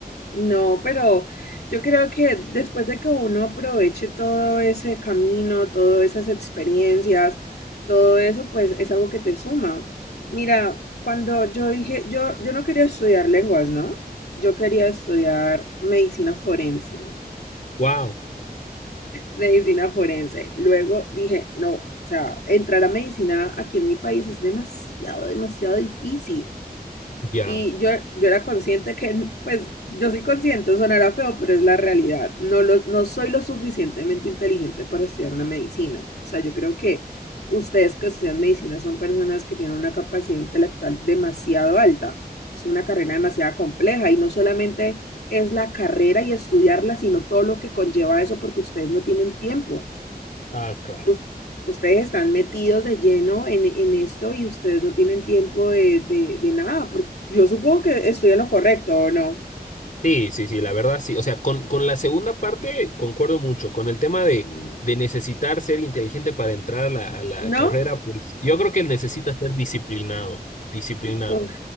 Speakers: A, on the left; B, on the left.
A: No, pero yo creo que después de que uno aproveche todo ese camino, todas esas experiencias, todo eso, pues es algo que te suma. Mira, cuando yo dije, yo, yo no quería estudiar lenguas, ¿no? Yo quería estudiar medicina forense.
B: Wow,
A: medicina forense. Luego dije, no, o sea, entrar a medicina aquí en mi país es demasiado, demasiado difícil.
B: ya.
A: Y yo, yo era consciente que, pues, yo soy consciente, sonará feo, pero es la realidad. No, lo, no soy lo suficientemente inteligente para estudiar una medicina. O sea, yo creo que ustedes que estudian medicina son personas que tienen una capacidad intelectual demasiado alta. Es una carrera demasiado compleja y no solamente es la carrera y estudiarla, sino todo lo que conlleva eso porque ustedes no tienen tiempo
B: Ah, claro.
A: us- ustedes están metidos de lleno en, en esto y ustedes no tienen tiempo de, de- de nada. porque yo supongo que estoy en lo correcto, ¿o no?
B: Sí, sí, sí, la verdad sí. O sea, con, con la segunda parte concuerdo mucho. Con el tema
A: Sí.
B: de, de necesitar ser inteligente para entrar a la, a la
A: ¿No?
B: carrera, pues yo creo que necesita ser disciplinado, disciplinado
A: Uf,